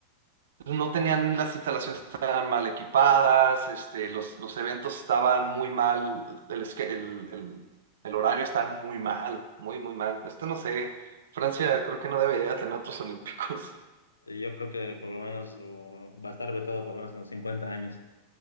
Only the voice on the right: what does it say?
no tenían las instalaciones tan mal equipadas, este, los, los eventos estaban muy mal, el, esque- el, el, el horario está muy mal, muy, muy mal. Esto no sé, Francia creo que no debería tener otros <laughs> olímpicos.